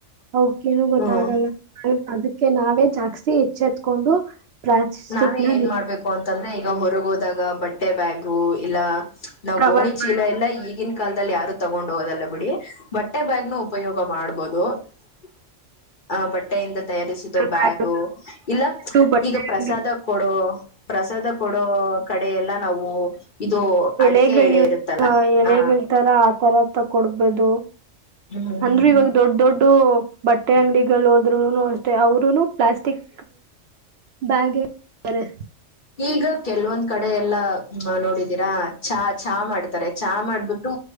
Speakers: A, on the right; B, on the left.
A: ಅವಕೇನು ಗೊತ್ತಾಗಲ್ಲ
B: ಹ್ಮ್
A: ಹ ಅದಕ್ಕ ಅದಕ್ಕೆ ನಾವೇ ಜಾಸ್ತಿ ಎಚ್ಚೆತ್ಕೊಂಡು ಪ್ಲಾಸ್ಟಿಕ್
B: ನಾವೇ
A: ನ
B: ಏನ್ ಮಾಡ್ಬೇಕು ಅಂತಂದ್ರೆ ಈಗ ಹೊರಗ ಹೋದಾಗ ಅ ಬಟ್ಟೆ ಬ್ಯಾಗು ಇಲ್ಲ ನಾವ್
A: ಕವರ್ಗಳು
B: ಗೋಣಿ ಚೀಲ ಎಲ್ಲಾ ಈಗಿನ ಕಾಲದಲ್ಲಿ ಯಾರು ತಗೊಂಡ್ ಹೋಗೋಲ್ಲ ಬಿಟ್ಟುಬಿಡಿ ಬಟ್ಟೆ ಬ್ಯಾಗ್ ಉಪಯೋಗ ಮಾಡಬೋದು ಅ ಬಟ್ಟೆ ಬಟ್ಟೆಯಿಂದ ತಯಾರಿಸಿದ ಬ್ಯಾಗು
A: ಬ್ಯಾಗ್
B: ಇಲ್ಲಾ
A: ದೊಡ್ಡ ಬಟ್ಟೆ
B: ಈಗ ಪ್ರಸಾದ
A: ಅಂಗಡಿ
B: ಕೊಡೋ ಪ್ರಸಾದ ಕೊಡೋ ಕಡೆ ಎಲ್ಲ ನಾವು ಇದು ಅಡಿಕೆ
A: ಎಲೆಗಳು
B: ಎಳೆ
A: ಇರುತ್ತವೆ
B: ಇರುತ್ತಲ್ಲ
A: ಎಲೆಗಳ
B: ಹ
A: ತರ ಆತರಾ ತಕ್ಕೂಡ ಬಂದು
B: ಹ್ಮ್
A: ಅಂದ್ರು, ಇವಾಗ ದೊಡ್ಡ ದೊಡ್ಡ ಬಂದ್ಬಿಟ್ಟು ಬಟ್ಟೆ ಅಂಗಡಿಗಳಿಗೂ ಹೋದ್ರುನು ಅಷ್ಟೇ ಅವರುನು ಪ್ಲಾಸ್ಟಿಕ್ ಬ್ಯಾಗ್ ಕೂಡುತ್ತಾರೆ
B: ಈಗ ಕೆಲವೊಂದ ಕಡೆ ಎಲ್ಲಾ ನೋಡಿದೀರಾ ಚಾ ಚಾ ಮಾಡುತ್ತಾರೆ ಚಾ ಮಾಡಬಿಟ್ಟು